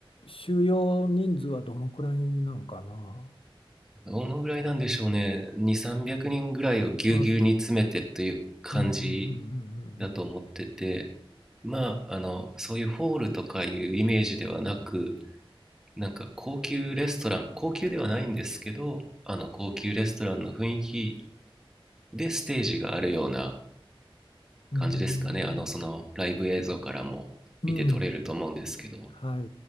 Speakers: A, on the left; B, in the centre.
A: 収容人数はどのくらいなんかな。
B: どのぐらいなんでしょうね。2、300人ぐらいをぎゅうぎゅうに詰めてという感じ
A: あうん、うん、
B: だと思ってて、まあ、あの、そういうホールとかいうイメージではなく、なんか高級レストラン、高級ではないんですけど、あの、高級レストランの雰囲気でステージがあるような
A: うん、
B: 感じですかね。
A: うん、うん、う
B: あの、
A: ん、
B: そのライブ映像からも見て取れると思うんですけど。
A: うんうんはい、